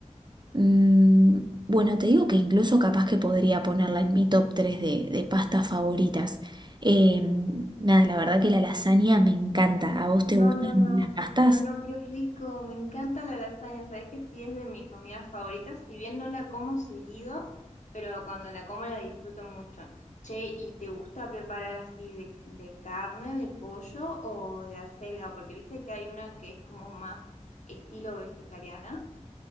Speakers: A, on the right; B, on the left.
A: Mm, bueno, te digo que incluso capaz que podría ponerla en mi top 3 de, de pastas favoritas. Eh, nada, la verdad que la lasaña me encanta. ¿A vos
B: No,
A: te gustan
B: no, no.
A: las pastas?
B: No, no, qué rico. Me encanta la lasaña. Sabes que sí es de mi comida favorita, si bien no la como seguido, pero cuando la como la disfruto mucho. Che, ¿y te gusta preparar así de, de carne, de pollo o de acelga? Porque viste que hay una que es como más estilo vegetariana.